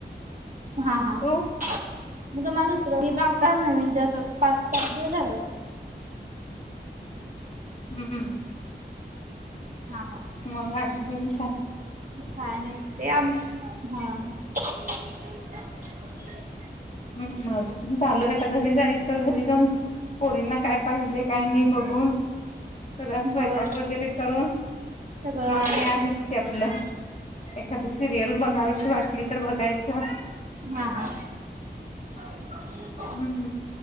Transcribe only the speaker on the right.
हा हा मग
तुला दुसरं आता नवीन जस पा फायद झाल
हा हा
<inaudible>
होय
सगळं आवड
हा हा <unintelligible>